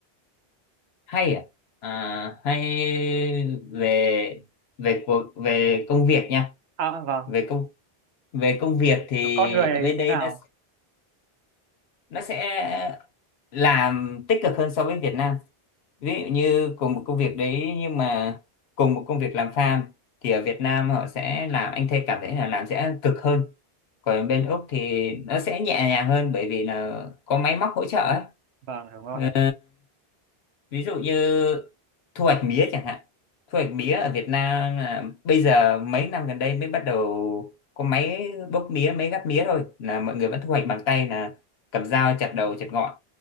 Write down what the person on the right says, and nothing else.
à vâng
con người ấy
thế
nào
vâng đúng rồi